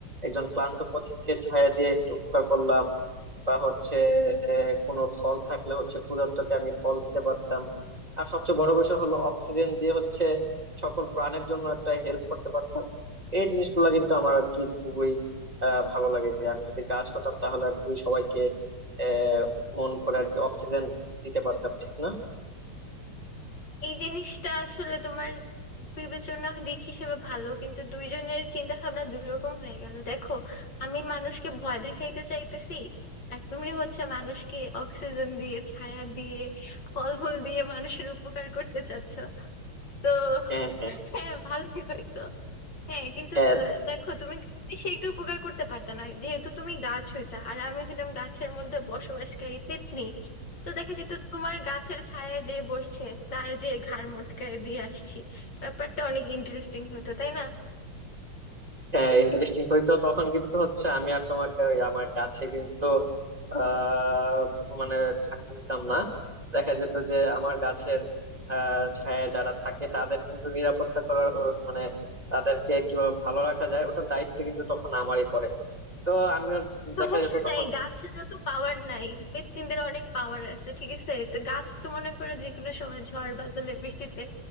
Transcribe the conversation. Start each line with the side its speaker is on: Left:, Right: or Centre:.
Right: একজন ক্লান্ত পথিককে ছায়া দিয়ে একটু উপকার করলাম বা হচ্ছে আহ, কোনো ফল থাকলে হচ্ছে ক্ষুধার্তকে আমি ফল দিতে পারতাম আর সবচেয়ে বড় বিষয় হলো অক্সিজেন দিয়ে হচ্ছে সকল প্রাণের জন্য একটা হেল্প করতে পারতাম এই জিনিসগুলো কিন্তু আমার আর কি খুবই আহ, ভালো লাগে যে আমি যদি গাছ হতাম তাহলে আর কি সবাইকে আহ মন করে আর কি অক্সিজেন দিতে পারতাম ঠিক না
Left: এই জিনিসটা আসলে তোমার বিবেচনা দিক হিসেবে ভালো কিন্তু দুইজনের চিন্তা ভাবনা দুই রকম হয়ে গেল দেখো আমি মানুষকে ভয় দেখাইতে চাইতেছি আর তুমি হচ্ছে মানুষকে অক্সিজেন দিয়ে ছায়া দিয়ে ফলমূল দিয়ে মানুষের উপকার করতে চাচ্ছ তো
Right: হ্যাঁ
Left: হ্যাঁ ভালোই হয়তো হ্যাঁ কিন্তু
Right: হ্যাঁ
Left: দ- দেখো তুমি বেশি একটু উপকার করতে পারতে না যেহেতু তুমি গাছ হইতা আর আমি হইতাম গাছের মধ্যে বসবাসকারী পেত্নী তো দেখা যেত তোমার গাছের ছায়ায় যে বসছে তার যে ঘাড় মটকায় দিয়ে আসছি ব্যাপারটা অনেক ইন্টারেস্টিং হতো তাই না
Right: হ্যাঁ ইন্টারেস্টিং হইতো তখন কিন্তু হচ্ছে আমি আর তোমাকে ওই আমার গাছে কিন্তু আহ মানে থাকতে দিতাম না দেখা যেত যে আমার গাছের আহ ছায়ায় যারা থাকে তাদের কিন্তু নিরাপত্তা করার ও মানে তাদেরকে কিভাবে ভালো রাখা যায় ওটার দায়িত্ব কিন্তু তখন আমারই পড়ে তো আমিও
Left: সমস্যা
Right: দেখা যেত তখন
Left: নাই গাছেরও তো পাওয়ার নাই পেত্নীদের অনেক পাওয়ার আছে ঠিক আছে তো গাছ তো মনে করে যে কোনো সময় ঝড় বাদলে বৃষ্টিতে